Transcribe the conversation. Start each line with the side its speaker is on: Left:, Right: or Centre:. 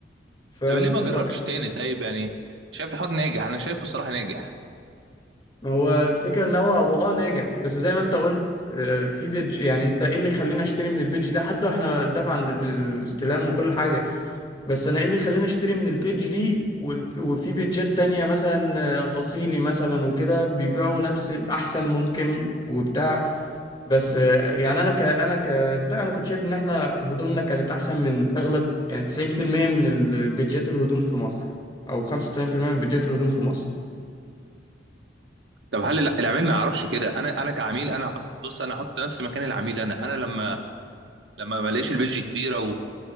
Left: ف
Right: طب ليه ما
Left: بص-
Right: جربتش تاني طيب يعني شايف الحوار ناجح انا شايفه الصراحه ناجح
Left: ما هو الفكرة ان هو هو اه ناجح بس زي ما انت قلت آه، في بيج يعني انت ايه اللي خلينا اشتري من البيج ده حتى واحنا دافع عند ال- الاستلام وكل حاجة بس انا ايه اللي خلاني اشتري من البيج دي وال- وفي بيجات تانية مثلا آه، اصيلي مثلا وكده بيبيعوا نفس احسن ممكن وبتاع بس آه، يعني انا ك انا ك بتاع، انا كنت شايف ان احنا هدومنا كانت احسن من اغلب يعني 90% من البيجات الهدوم في مصر او 95% من بيجات الهدوم في مصر
Right: طب هل الع- العميل ما يعرفش كده انا انا كعميل انا هحط- بص انا احط نفسي مكان العميل انا انا لما لما ما الاقيش البيدج كبيره